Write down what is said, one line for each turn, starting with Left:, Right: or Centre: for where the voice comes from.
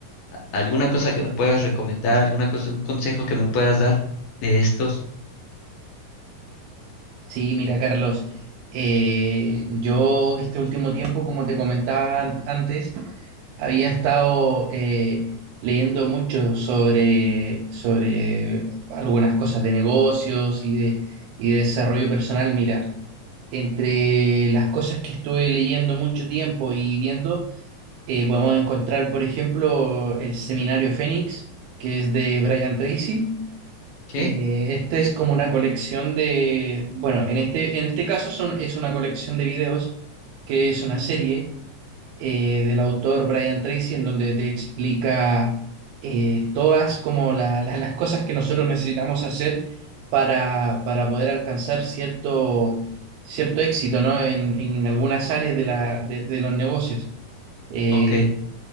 Left: a- alguna cosa que me puedas recomendar, alguna cosa, un consejo que me puedas dar de estos.
Right: Sí, mira Carlos, eh, yo este último tiempo, como te comentaba an- antes, había estado eh, leyendo mucho sobre, sobre algunas cosas de negocios y de, y de desarrollo personal. Mira, entre las cosas que estuve leyendo mucho tiempo y viendo, eh, podemos encontrar, por ejemplo, el seminario Fénix, que es de Brian Tracy.
Left: ¿Qué?
Right: Eh, este es como una colección de, bueno, en este, en este caso son, es una colección de videos que es una
Left: Ujú.
Right: serie eh, del autor Brian Tracy en donde te explica eh, todas como la- la- las cosas que nosotros necesitamos hacer para, para poder alcanzar cierto, cierto éxito, ¿no? En, en algunas áreas de la, de de los negocios. Eh,
Left: Ok.